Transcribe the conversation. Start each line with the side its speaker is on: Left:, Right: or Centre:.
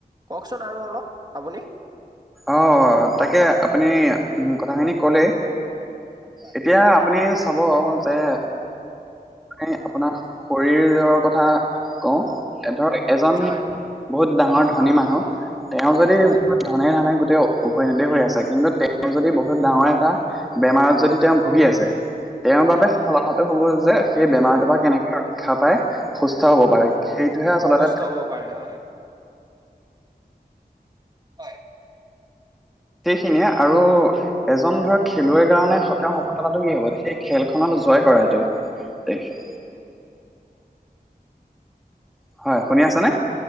Right: কওকচোন আৰু অলপ আপুনি।
Centre: অ' তাকে আপুনি কথাখিনি ক'লে
Right: হয়
Centre: এতিয়া আপুনি চাব যে এ, আপোনাৰ শৰীৰৰ কথা কওঁ এধৰ এজন
Right: হয়
Centre: বহুত ডাঙৰ ধনী মানুহ তেওঁ যদি
Right: হয়
Centre: ধনে ধানে গোটেই উভৈনদী হৈ আছে কিন্তু তেওঁ যদি বহুত ডাঙৰ এটা বেমাৰত যদি তেওঁ ভুগি আছে, তেওঁৰ
Right: হয়
Centre: বাবে <unintelligible> হ'ব যে সেই বেমাৰটো পা কেনেকে ৰক্ষা পাই সুস্থ হ'ব পাৰে। সেইটোহে আচলতে
Right: সুস্থ হ'ব পাৰে হয়। হয়।
Centre: সেইখিনিয়ে আৰু এজন ধৰ খেলুৱৈ কাৰণে সত সফলতাটো কি হ'ব, সেই খেলখনত জয় কৰাটো। <unintelligible> হয়, শুনি আছানে?